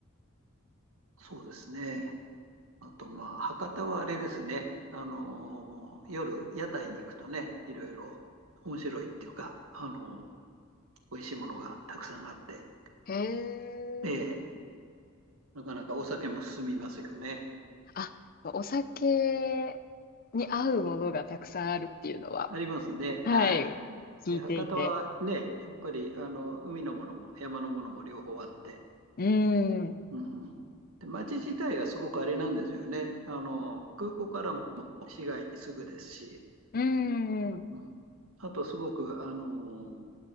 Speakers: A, on the right; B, on the left.
A: そうですね。あと、まあ、博多はあれですね。あのー夜、屋台に行くとね、いろいろ面白いっていうか、あのー美味しいものがたくさんあって、
B: へえ。
A: ええなかなかお酒も進みますよね。
B: あ、お酒に合うものがたくさんあるっていうのは、
A: ありますね。
B: はい、
A: はい。
B: 聞いていて。
A: で、博多はね、やっぱり、あの、海のものも山のものも両方あって、
B: うーん、う
A: うんで、街自体がすごくあれなんですよね。あの、空港からも市街にすぐですし、
B: ーん、う
A: うん、あとすごく、あの、